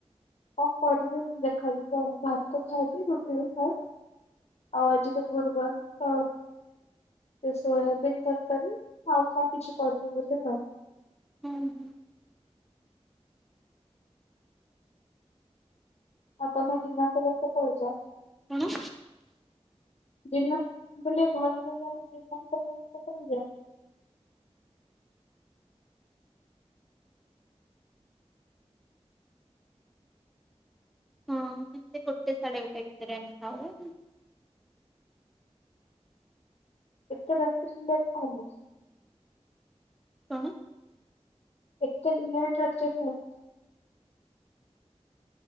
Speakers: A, on the left; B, in the centre.
A: କଣ କରିବି <unintelligible> ଦେଖାଯିବ ଆଉ ଭାତ ଖାଏ ବି ରୁଟି ବି ଖାଏ। ଆଉ ଆଜି ତ ଗୁରୁବାର ତ ସେ ସୋୟାବିିନ ତରକାରୀ ଆଉ କଣ କିଛି କରିବେ ବୋଧେ ଆଉ।
B: ଉଁହୁଁ।
A: ଆଉ ତମେ ଡିନର୍ କରିବାକୁ କେତୋବୋଳେ ଯାଅ?
B: କଣ?
A: ଡିନର୍ ମୁଁ କହିଲି ଘରେ <unintelligible> ଡିନର କରିବାକୁ କେତୋବୋଳେ ଯାଅ?
B: ହଁ ଏମତି ଗୋଟେ ସାଢ଼େ ଗୋଟେ ଭିତରେ ଆମେ ଖାଉ।
A: ଏତେ ରାତିରେ ଲେଟ୍ ଖାଅନା।
B: କଣ?
A: ଏତେ ଲେଟ୍ ରାତିରେ ଖାଅ?